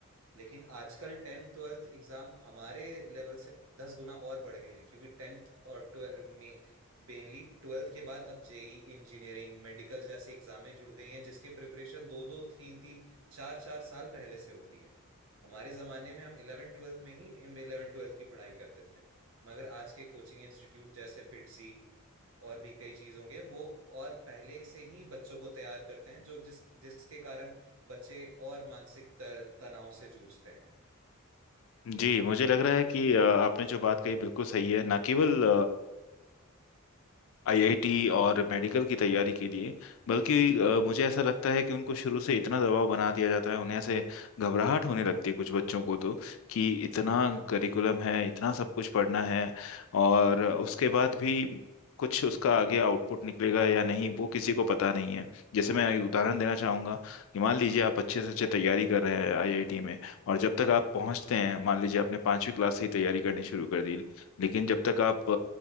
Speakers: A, on the right; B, on the left.
A: लेकिन आजकल टेंथ ट्वेल्थ एग्जाम हमारे लेवल से दस गुना और बढ़ गए हैं क्योंकि टेंथ और ट्वेल्थ में मेनली ट्वेल्थ के बाद अब जेई इंजीनियरिंग मेडिकल जैसे एग्जामें जुड़ गई हैं जिसकी प्रिपरेशन दो दो तीन तीन चार चार साल पहले से होती है हमारे जमाने में हम इलेवन ट्वेल्थ में ही इलेवन ट्वेल्थ की पढ़ाई करते थे मगर आज के कोचिंग इंस्टीट्यूट जैसे फिटजी और भी कई चीज होंगे वो और पहले से ही बच्चों को तैयार करते हैं जो जिस जिसके कारण बच्चे और मानसिक त- तनाव से जूझते हैं
B: जी मुझे लग रहा है कि अ, आपने जो बात कही बिल्कुल सही है ना केवल आईआईटी और मेडिकल की तैयारी के लिए बल्कि अ, मुझे ऐसा लगता है कि उनको शुरू से इतना दबाव बना दिया जाता है उन्हें ऐसे घबराहट होने लगती है कुछ बच्चों को तो कि इतना करिकुलम है इतना सब कुछ पढ़ना है और उसके बाद भी कुछ उसका आगे आउटपुट निकलेगा या नहीं वो किसी को पता नहीं है जैसे मैं एक उदाहरण देना चाहूंगा कि मान लीजिए आप अच्छे से अच्छे तैयारी कर रहे हैं आईआईटी में और जब तक आप पहुंचते हैं मान लीजिए आपने पांचवी क्लास से ही तैयारी करनी शुरू कर दी लेकिन जब तक आप